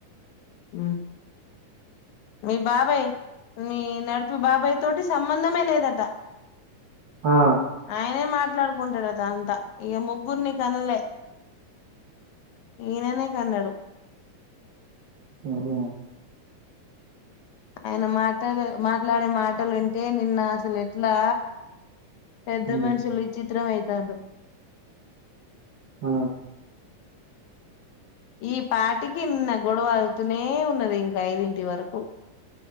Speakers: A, on the left; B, on the right.
A: మ్ మీ బాబాయ్ మీ నడుపి బాబాయ్ తోటి సంబంధమే లేదట
B: ఆ
A: ఆయనే మాట మాట్లాడుకుంటాడు అద అంతా ఇక ముగ్గురిని కనలే ఈయననే కన్నాడు
B: ఓహో్
A: ఆయన మాట్లాడే మాట్లాడే మాటలు వింటే నిన్న అసలు ఎట్లా పెద్దమనషులు
B: ఉమ్,
A: విచత్రం అయి దండు
B: ఆ
A: ఈ పాటికిన్న గొడవ అగుతూనే ఉన్నది ఇంక యిదింటి వరకు